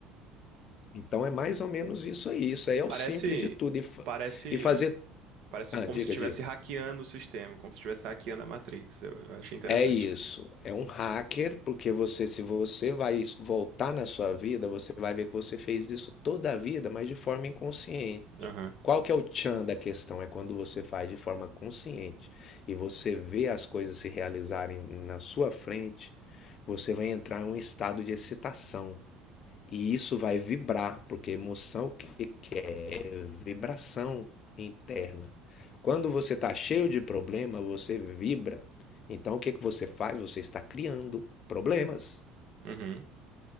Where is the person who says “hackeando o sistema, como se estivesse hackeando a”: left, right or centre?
Right